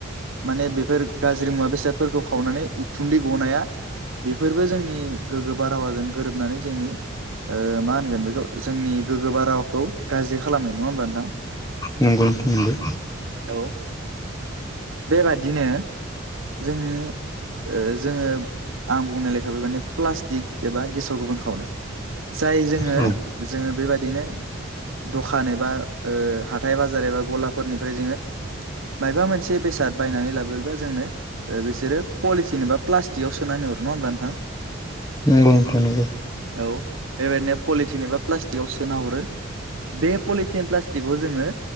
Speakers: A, on the right; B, on the left.
A: माने बेफोर गाज्रि मुवा बेसादफोरखौ खावनानै उखुन्दै गनाया बेफोरबो जोंनि गोग्गो बारहावाजों गोरोबनानै जोंनि ओ मा होनगोन बेखौ जोंनि गोग्गोबा रावखौ गाज्रि खालामनाय नङा होमब्ला नोंथां
B: नंगौ नोंथां नंगौ
A: औ बेबादिनो जोंनि ओ जोङो आं बुंनाय लेखा बे माने प्लास्टिक एबा गेसाव गोबां खावनाय जाय जोङो
B: औ
A: जोङो बेबायदिनो दखान फान एबा ओ हाथाय बाजार एबा गलाफोरनिफ्राय जोङो मायबा मोनसे बेसाद बायनानै लाबोब्ला जोंनो ओ बिसोरो पलिसिन एबा प्लास्टिकआव सोनानै हरो नङा होमब्ला नोंथां?
B: नंगौ नोंथां नंगौ।
A: औ बेबायदिनो पलिटिन एबा प्लास्टिकआव सोना हरो बे पलिटिन प्लास्टिकखौ जोङो